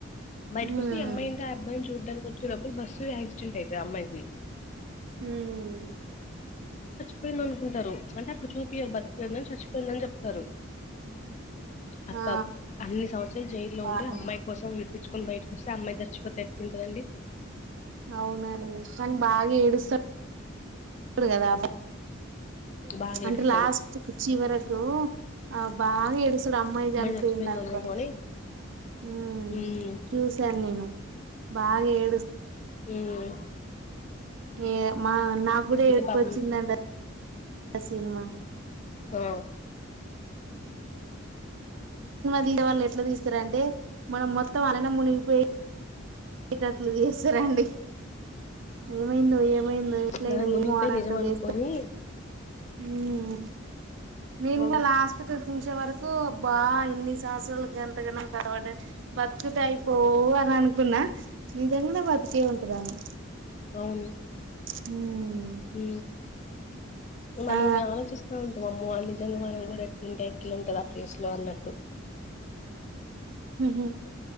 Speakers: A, on the left; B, on the right.
A: బయటకు
B: ఉమ్
A: వస్తె ఈ అమ్మాయి ఇంకా అ ఆబ్బాయిని చూడడానికి లోపల బస్సు యాక్సిడెంట్ అయింది అమ్మాయిలది
B: ఉమ్
A: పోయింది అనుకుంటారు అంటే అక్కడ చూపియారు బతికిన కాని చచ్చిపోయిందని చెప్తారు అబ్బా
B: ఆ
A: అన్ని సంవత్సరాలు జైల్లో
B: బాగా
A: ఉండే అమ్మాయి కోసం బయటకి వస్తే అమ్మాయి చచ్చిపోతే ఎట్టుంట దండి
B: అవునండి కాని బాగా ఏడుస్తాడు ఇప్పడు కదా
A: బాగా
B: అంటే
A: ఏడుస్తాడు
B: లాస్ట్ కుర్చీ వరకు తో ఆ బాగా ఎడ్ చూడ్ అమ్మాయి చనిపోయింది
A: చచ్చిపోయింది
B: అనుకో
A: అనగానే
B: హ్మ్
A: ఉమ్
B: చూసాను నేను బాగా ఏ
A: హ్మ్
B: ఏ మా నాకు కూడా ఏడ్పు
A: పాపం
B: వచ్చిందండి ఆ సినిమా
A: ఆ
B: ఫ్రెండ్ వాళ్ళు ఎట్లా తీస్తార్ అంటే మనం మొత్తం అననం మునిగిపోయి నైట్ అట్ల చేస్తారండి ఏమైందో ఏమో ఏమందో ఎట్ల
A: నాన్న
B: అయినదో
A: మునిగిపోయి
B: అనట్టు
A: నిజం అనుకొని
B: చేస్తార్ హ్మ్ మేం
A: అవును
B: గూడా లాస్ట్కు చేసే వరకు కు బా ఇన్ని సంవత్సరాల గంట <unintelligible> బత్కతే అయిపోవు అని అనుకున్నా నిజంగానే బతికే ఉంటదని
A: అవును
B: హ్మ్
A: హ మనం
B: ఆ
A: ఆలోచిస్తూ ఉంటాం అమ్మ నిజంగా మనం కూడా ఎట్లుంటే ఎట్లా ఉంటది ఆ ప్లేస్ లో అన్నట్టు
B: హ